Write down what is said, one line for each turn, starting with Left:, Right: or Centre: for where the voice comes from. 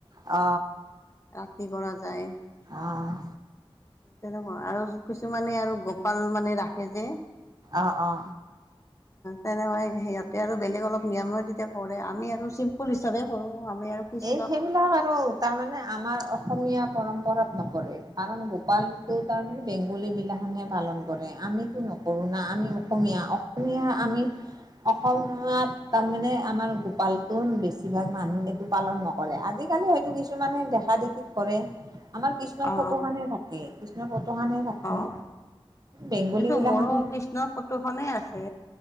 Right: অ
Left: ৰাতি কৰা যায়
Right: আহ
Left: তেনেকুৱা আৰু কিছুমানে আৰু গোপাল মানে ৰাখে যে
Right: অ অ
Left: তেনেকুৱা ই সিহতে আৰু বেলেগ অলপ নিয়মে তেতিয়া কৰে আমি আৰু আৰু চিম্পুল হিচাপে কৰোঁ আমি আৰু কৃষ্ণক
Right: এ আৰু তাৰমানানে আমাৰ অসমীয়া পৰম্পৰাত নপৰে কাৰণ ৱান টো তান বেংগ বেংগলীবিলাকখনেহ পালন কৰে আমিতো নকৰোঁ না আমি অসমীয়া অসমীয়া আমি অসমত তাৰমানে আমাৰ গোপালটোন বেছিভাগ মানুহ পালন নকৰে আজিকালি হয়তো কিছুমানে দেখা দেখি কৰে আমাৰ কৃষ্ণৰ
Left: অ
Right: ফটো থা এ কৃষ্ণৰ ফটোখনে থাকে
Left: অ
Right: বেংগলী
Left: এইটো
Right: বিলাখানে
Left: মোৰো কৃষ্ণৰ ফটো খনে আছে